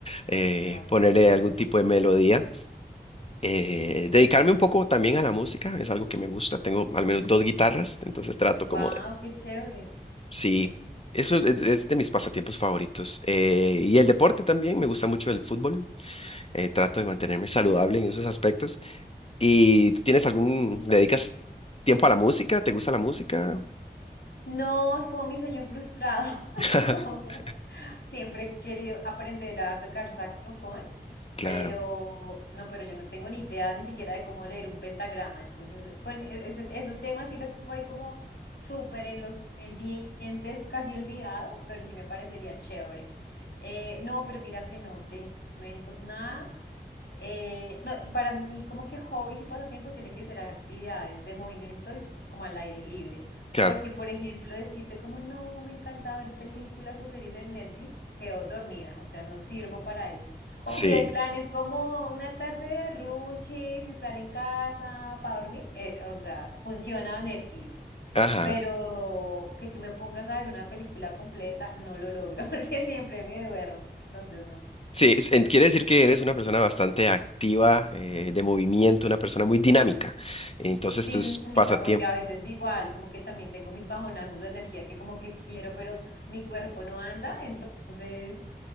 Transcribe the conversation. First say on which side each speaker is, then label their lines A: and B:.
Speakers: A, on the left; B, on the left.
A: eh,
B: No,
A: ponerle
B: qué chévere.
A: algún tipo de melodía. Eh, dedicarme un poco también a la música, es algo que me gusta, tengo al menos dos guitarras, entonces trato como
B: Wow,
A: de...
B: qué chévere.
A: Sí, eso es, es de mis pasatiempos favoritos. Eh, y el deporte también, me gusta mucho el fútbol eh, trato de mantenerme saludable en esos aspectos. ¿Y tú tienes algún, le dedicas tiempo a la música? ¿Te gusta la música?
B: No, es como mi sueño frustrado. <laughs>
A: <laughs>
B: Siempre he querido aprender a tocar saxofón,
A: Claro,
B: pero no, pero yo no tengo ni idea ni siquiera de cómo leer un pentagrama. Entonces, con e- ese, ese tema sí lo tengo ahí como súper en los pendientes, casi olvidados, pero sí me parecería chévere. Eh, no, pero mira que no, de instrumentos nada. Eh, no, para mí como que hobbies y pasatiempos tiene que ser actividades de movimiento y fu- como al aire libre.
A: claro.
B: Porque, por ejemplo, decirte como no, me encanta ver películas o series en Netflix, quedo dormida, o sea, no sirvo para eso. O
A: Sí,
B: si el plan es como una tarde de arrunches y estar en casa para dormir, eh, o sea, funciona Netflix.
A: ajá.
B: Pero que tú me pongas a ver una película completa, no lo logro <laughs> porque siempre me duermo, entonces no.
A: Sí, es- en- quiere decir que eres una persona bastante activa, eh, de movimiento, una persona muy dinámica. Entonces
B: dinámica,
A: tus pasatiempos.
B: porque a veces igual, como que también tengo mis bajonazos de energía que como que quiero, pero mi cuerpo no anda, entonces